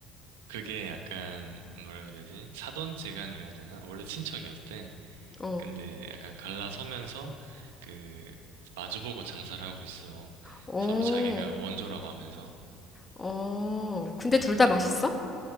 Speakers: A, on the right; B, on the left.
A: 그게 약간, 뭐라고 해야 되지? 사돈지간이라 해야 되나? 원래 친척이었대.
B: 어,
A: 근데 약간 갈라서면서, 그, 마주보고 장사를 하고 있어.
B: 어,
A: 서로 자기가 원조라고 하면서.
B: 어. 근데 둘
A: 응,
B: 다
A: 근데,
B: 맛있어?